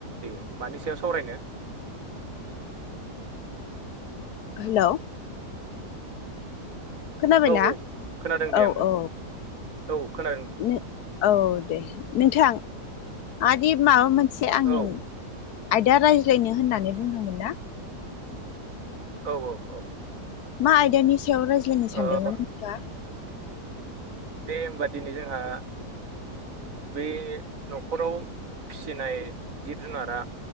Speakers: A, on the right (about 50°); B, on the left (about 70°).
A: दे मानि सायाव सावरायनो
B: हेलौ खोनाबाय
A: औ
B: ना
A: औ खोनादों दे
B: औ
A: आङो
B: औ
A: औ खोनादों
B: औ औ दे नोंथांआदि माबा मोनसे आंनों
A: औ
B: आयदा रायज्लायनो होननानै बुंदोंमोन ना
A: औ औ औ
B: मा आयदानि सायाव रायज्लायनो
A: ओ
B: सानदोंमोन नोंथाङा
A: दे होमबा दिनै जोंहा बे न'खराव फिसिनाय जिब जुनारा